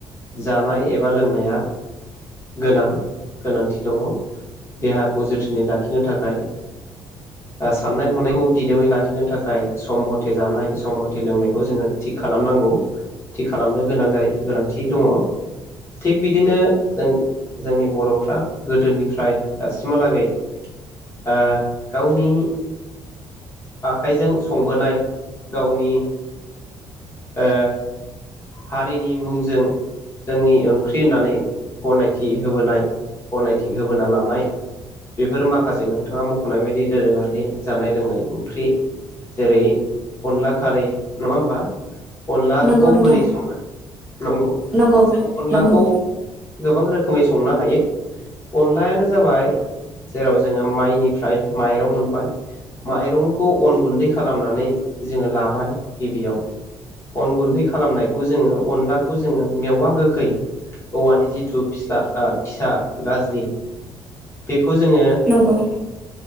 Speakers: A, on the left; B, in the centre.
A: जानाय एबा लोंनाया गोनां गोनांथि दङ देहाखौ जोथोनै लाखिनो थाखाय साननाय हनाय खौ दिदोमै लाखिनो थाखाय सम मथे जानाय सम मथे लोंनाय थि खालामनांगौ थि खालामनो गोनां गोनांथि दङ थिग बिदिनो जों जोंनि बर'फ्रा गोदोनिफ्राय दासिमहालागै ओ गावनि आखाइजों संबोनाय गावनि ओ हारिनि मुंजों जोंनि ओंख्रि होननानै गनायथि होबोनाय गनायथि होबोना लानाय बेफोर माखासे नोंथाङा मख'नाय बायदि दोरोङारि जानाय लोंनाय ख्रि जेरै अनला खारै नङा होनबा? अनलाखौ
B: नंगौ नोंथां
A: बोरै सङो नंगौ
B: नंगौ
A: जों अनलाखौ
B: नंगौ
A: गोबां रोखोमै संनो हायो अनलायानो जाबाय जेराव जोङो माइनिफ्राय माइरं मोनबाय माइरं खौ गुन्दै खालामनानै जोङो लाबाय गिबियाव अन गुन्दै खालामनायखौ जोङो अनलाखौ जोङो मेवा गोखै औवानि जिथु फिस्ला फिसा गाज्रि बेखौ जोङो
B: नंगौ